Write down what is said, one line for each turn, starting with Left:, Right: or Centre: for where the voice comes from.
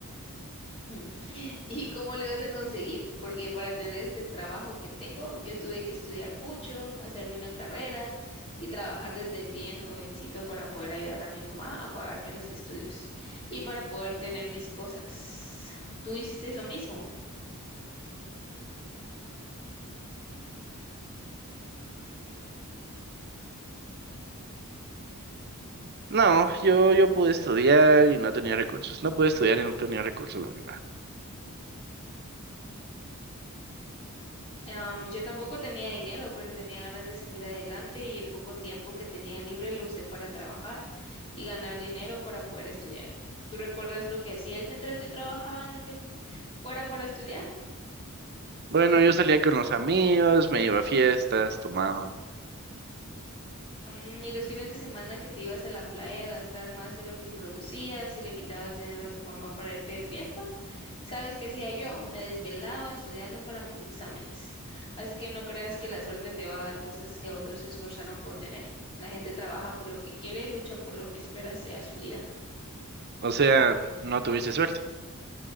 Left: <laughs> ¿Y cómo lo ibas a conseguir? Porque para tener este trabajo que tengo, yo tuve que estudiar mucho, hacerme una carrera y trabajar desde bien jovencito para poder ayudar a mi mamá a pagarme los estudios y para poder tener mis cosas. ¿Tú hiciste eso mismo?
Right: No, yo, yo pude estudiar y no tenía recursos. No pude estudiar y no tenía recursos, la verdad.
Left: Am, yo tampoco tenía dinero, pero tenía ganas de salir adelante y el poco tiempo que tenía libre lo usé para trabajar y ganar dinero para poder estudiar. ¿Tú recuerdas lo que hacías mientras yo trabajaba en lo que f- fuera para estudiar?
Right: Bueno, yo salía con los amigos, me iba a fiestas, tomaba.
Left: Mm, y los fines de semana que te ibas a la playa a gastar más de lo que producías y le quitabas dinero a tu mamá para irte de fiesta, ¿sabes qué hacía yo? Me desvelaba estudiando para mis exámenes. Así que no creas que la suerte te va a dar cosas que otros se esforzaron por tener. La gente trabaja por lo que quiere, lucha por lo que espera sea su vida.
Right: O sea, no tuviste suerte.